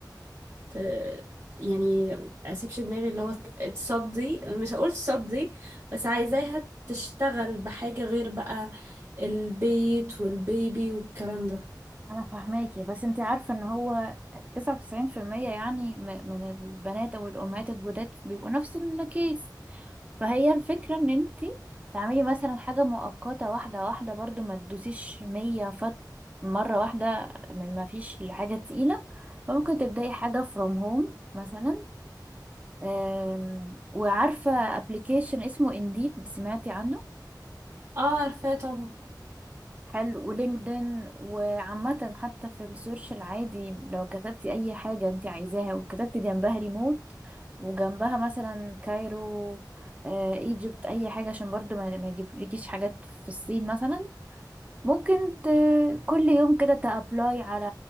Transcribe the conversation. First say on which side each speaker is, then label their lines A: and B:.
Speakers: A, on the right; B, on the right.
A: ت- يعني اسيبش دماغي اللي هو تصدي مش هقول تصدي بس عايزاها تشتغل بحاجة غير بقى البيت والبيبي والكلام ده
B: انا فاهماكي بس انت عارفة ان هو 99% يعني م- من البنات او الامهات الجداد بيبقوا نفس الكيس فهي الفكرة ان انتي تعملي مثلا حاجة مؤقتة واحدة واحدة برضو ما تدوسيش مية فت مرة واحدة من ما فيش لحاجة تقيلة ممكن تبدأي حاجة from home مثلا أم، وعارفة application اسمه Indeed سمعتي عنه
A: اه عارفاه طبعا
B: حلو ولينكدين وعامة حتى في السيرش العادي لو كتبتي أي حاجة أنت عايزاها وكتبتي جنبها ريموت وجنبها مثلا كايرو آه، ايجيبت اي حاجة عشان برضو ما ما يجيبلكيش حاجات في الصين مثلا ممكن ت... كل يوم كده تابلاي على